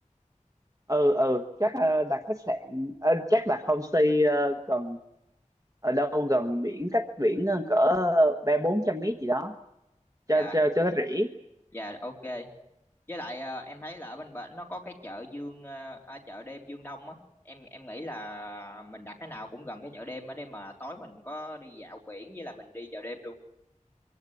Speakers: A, on the right (about 25°); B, on the left (about 15°).
A: ừ ừ chắc ờ, đặt khách sạn ờ, chắc đặt homestay ờ, gần ở đâu gần biển cách biển ờ, cỡ ba bốn trăm mét gì đó cho
B: Dạ
A: cho cho nó rỉ
B: dạ ok. Với lại ờ, em thấy là ở bên bển nó có cái chợ Dương ờ, à, chợ đêm Dương Đông á. Em em nghĩ là mình đặt cái nào cũng gần cái chợ đêm ở đây mà tối mình có đi dạo biển với là mình đi chợ đêm luôn.